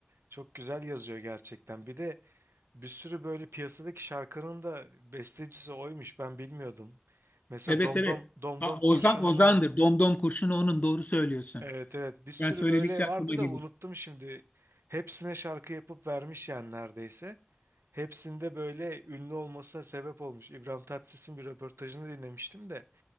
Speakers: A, on the right (about 80°); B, on the left (about 40°).
A: Çok güzel yazıyor gerçekten. Bir de bir sürü böyle piyasadaki şarkının da bestecisi oymuş. Ben bilmiyordum. Mesela
B: Evet
A: Domdom
B: evet.
A: Domdom
B: Aa,
A: Kurşunlu.
B: Ozan Ozan'dır. Domdom kurşunu onun doğru söylüyorsun.
A: Evet evet. Bir sürü
B: Ben söyledikçe
A: böyle vardı
B: aklıma gelir.
A: da unuttum şimdi. Hepsine şarkı yapıp vermiş yani neredeyse. Hepsinde böyle ünlü olmasına sebep olmuş. İbrahim Tatlıses'in bir röportajını dinlemiştim de.